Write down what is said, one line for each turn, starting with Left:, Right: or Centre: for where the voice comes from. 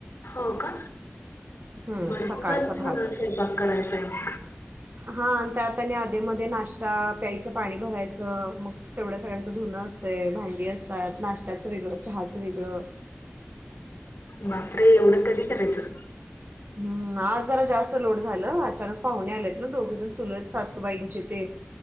Left: हो का
Right: हम्म,
Left: बरोबर
Right: सकाळचा
Left: झाला
Right: भात
Left: स्वपाग करायचा आहे मग
Right: हा त्या आता ध्ये मध्ये नाश्ता प्यायचं पाणी भरायचं मग तेवढ्या सगळ्यांचं धुनं असते भांडी असतात नाश्त्याचं वेगळं चहाचं वेगळं
Left: बापरे एवढं कधी करायचं
Right: हम्म आज जरा जास्त लोड झाल अचानक पाहुणे आलेत ना दोघजण चुलत सासूबाईंचे ते